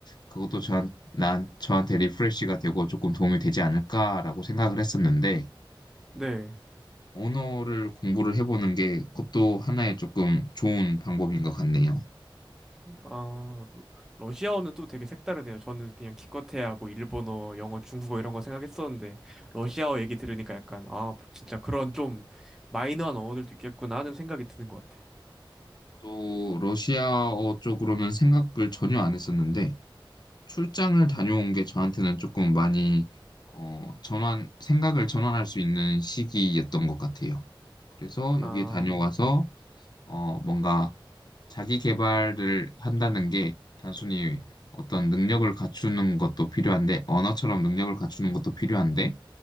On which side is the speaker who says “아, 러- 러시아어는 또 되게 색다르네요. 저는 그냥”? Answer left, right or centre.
Centre